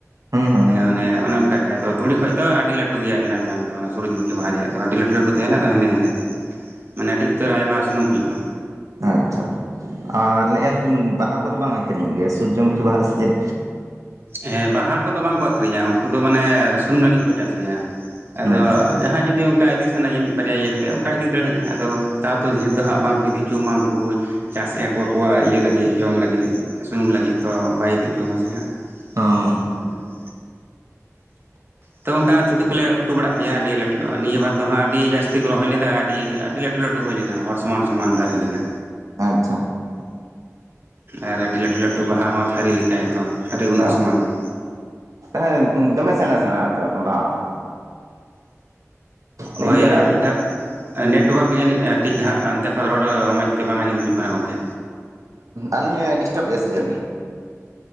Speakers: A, on the right; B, on the right.
A: ᱦᱩᱸ ᱦᱩᱸ
B: ᱦᱮ ᱚᱱᱮ ᱚᱱᱮ ᱚᱱᱠᱟ ᱜᱮ ᱟᱫᱚ -ᱛᱩᱲᱤ ᱠᱷᱚᱡ ᱫᱚ ᱟᱹᱰᱤ ᱞᱟᱹᱴᱩ ᱜᱮᱭᱟ ᱚᱱᱟ ᱡᱟᱝ ᱫᱚ ᱚᱱᱟ ᱥᱩᱨᱩᱡᱽᱢᱠᱷᱤ ᱵᱟᱦᱟ ᱨᱮᱭᱟᱜ ᱫᱚ‌᱾ ᱟᱹᱰᱤ ᱞᱟᱹᱴᱩ ᱞᱟᱹᱴᱩ ᱛᱟᱦᱮᱱᱟ ᱟᱫᱚ ᱦᱮᱸᱫᱮ ᱦᱮᱸᱫᱮ ᱢᱟᱱᱮ ᱟᱹᱰᱤ ᱩᱛᱟᱹᱨ ᱟᱭᱢᱟ ᱥᱩᱱᱩᱢ ᱦᱩᱭᱩᱼᱟ᱾
A: ᱟᱪᱪᱷᱟ ᱟᱨ ᱞᱟᱹᱭᱮᱜᱼᱟ ᱞᱤᱧ ᱵᱟᱦᱟ ᱠᱚᱫᱚ ᱵᱟᱝ ᱟᱹᱠᱷᱨᱤᱧᱚᱜ ᱜᱮᱭᱟ ᱥᱩᱨᱡᱚᱢᱩᱠᱷᱤ ᱵᱟᱦᱟ ᱥᱮ ᱪᱮᱫ?
B: ᱦᱮᱸ ᱵᱟᱦᱟ ᱠᱚᱫᱚ ᱵᱟᱝᱠᱚ ᱟᱹᱷᱨᱤᱧᱟ ᱩᱱᱠᱩ ᱫᱚ ᱢᱟᱱᱮ ᱥᱩᱱᱩᱢ ᱞᱟᱹᱜᱤᱫ ᱠᱚ ᱪᱟᱥ ᱜᱮᱭᱟ᱾ ᱟᱫᱚ
A: ᱟᱪᱪᱷᱟ
B: ᱡᱟᱦᱟᱸᱭ ᱡᱩᱫᱤ ᱚᱱᱠᱟ ᱤᱫᱤ ᱥᱟᱱᱟᱭᱟ ᱢᱤᱫ ᱵᱟᱨᱭᱟ ᱤᱭᱟᱹ ᱠᱟᱛᱮᱫ ᱚᱱᱠᱟᱭ ᱤᱫ ᱫᱟᱲᱮᱭᱟᱜᱼᱟ᱾ ᱟᱫᱚ ᱛᱟᱣ ᱛᱚ ᱫᱷᱤᱨ ᱫᱚ ᱦᱟᱸᱜ ᱵᱟᱝᱠᱚ ᱤᱫᱤ ᱚᱪᱚᱣᱟᱢᱟ ᱩᱱᱠᱩ ᱪᱟᱥᱤ ᱟᱠᱚ ᱠᱚᱣᱟᱜ ᱤᱭᱟᱹ ᱞᱟᱹᱜᱤᱫ ᱡᱚᱢ ᱞᱟᱹᱜᱤᱫ ᱥᱩᱱᱩᱢ ᱞᱟᱹᱜᱤᱫ ᱛᱚ ᱵᱟᱭ ᱤᱫᱤᱜ ᱪᱩᱣᱟᱢᱟ ᱥᱮ ᱦᱟᱸᱜ
A: ᱦᱚᱸ ᱦᱚᱸ
B: ᱦᱮᱸ <inaudible> ᱛᱚ ᱚᱝᱠᱟ ᱪᱷᱩᱵᱤ ᱠᱚᱞᱮ ᱯᱷᱳᱴᱳ ᱵᱟᱲᱟᱜ ᱜᱮᱭᱟ ᱟᱹᱰᱤ ᱞᱟᱹᱴᱩ ᱱᱤᱭᱟᱹ ᱵᱟᱨ ᱫᱚ ᱦᱟᱸᱜ ᱟᱹᱰᱤ ᱡᱟᱹᱥᱛᱤ ᱠᱚ ᱨᱚᱦᱚᱭ ᱞᱮᱫᱟ ᱟᱹᱰᱤ ᱟᱹᱰᱤ ᱞᱟᱹᱴᱩ ᱞᱟᱹᱴᱩ ᱞᱟᱹᱴᱩ ᱦᱩᱭ ᱞᱮᱱᱟ ᱦᱚᱲ ᱥᱚᱢᱟᱱ ᱥᱚᱢᱟᱱ ᱫᱟᱨᱮ ᱞᱮᱱᱟ᱾
A: ᱟᱪᱪᱷᱟ
B: ᱟᱨ ᱟᱹᱰᱤ ᱞᱟᱹᱴᱩ ᱞᱟᱹᱴᱩ ᱵᱟᱦᱟ ᱦᱚᱸ ᱛᱷᱟᱹᱨᱤ ᱞᱮᱠᱟ ᱮᱠᱫᱚᱢ ᱛᱷᱟᱨᱤᱤ ᱩᱱᱟᱹᱜ ᱥᱟᱢᱟᱱ
A: ᱚ
B: ᱜᱮ
A: ᱦᱮᱸ ᱫᱚᱢᱮ ᱥᱮᱬᱟ ᱥᱮᱬᱟ ᱦᱟᱛᱟᱣ ᱵᱟᱝ ᱤᱧ
B: ᱦᱳᱭ
A: ᱫᱚᱢᱮ
B: ᱟᱨ ᱢᱤᱫ ᱫᱷᱟᱣ ᱱᱮᱴᱚᱣᱟᱨᱠ ᱜᱮ ᱡᱟᱹᱱᱤᱡ ᱴᱷᱤᱠ ᱦᱟᱸᱜ ᱚᱱᱛᱮ ᱠᱷᱚᱡ ᱨᱚᱲ ᱢᱚᱡᱽ ᱛᱮ ᱵᱟᱝ ᱟᱸᱡᱚᱢ ᱦᱤᱡᱩᱜ ᱠᱟᱱᱟ ᱜᱚᱝᱠᱮ
A: ᱟᱹᱞᱤᱧᱟᱜ ᱮ ᱰᱤᱥᱴᱟᱵ ᱮᱜᱼᱟ ᱥᱮ ᱪᱮᱫ?